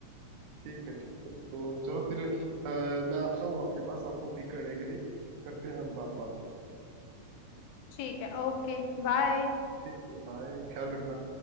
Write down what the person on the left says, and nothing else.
ठीक है ओके बाय